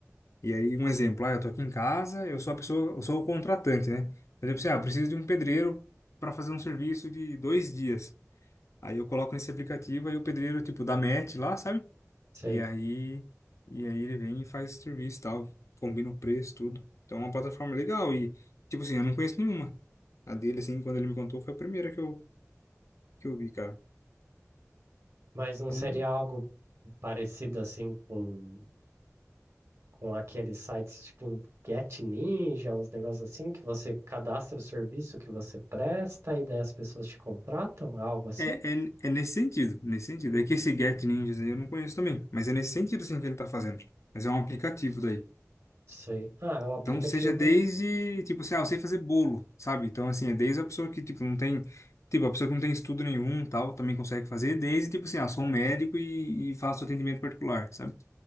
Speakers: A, on the left; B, on the right.
A: E aí, um exemplo, ah, eu tô aqui em casa, eu sou a pessoa, eu sou o contratante, né? Por exemplo, assim, ah, eu preciso de um pedreiro para fazer um serviço de dois dias. Aí eu coloco nesse aplicativo, aí o pedreiro, tipo, dá match lá, sabe?
B: sei.
A: E aí, e aí ele vem e faz o serviço e tal, combina o preço, tudo. Então é uma plataforma legal e, tipo assim, eu não conheço nenhuma. A dele, assim, quando ele me contou, foi a primeira que eu, que eu vi, cara.
B: Mas não
A: Então,
B: seria algo parecido assim com com aqueles sites tipo Get Ninja, uns negócios assim, que você cadastra o serviço que você presta e daí as pessoas te contratam, algo assim?
A: é, é, é nesse sentido, nesse sentido. É que esse Get Ninjas aí eu não conheço também, mas é nesse sentido, assim, que ele tá fazendo. Mas é um aplicativo daí.
B: Sei. Ah, o aplicativo
A: Então, seja desde,
B: não
A: tipo assim, ah, eu sei fazer bolo, sabe? Então, assim, é desde a pessoa que, tipo, não tem, tipo, a pessoa que não tem estudo nenhum, tal, também consegue fazer, desde, tipo assim, ah, sou um médico e, e faço atendimento particular, sabe?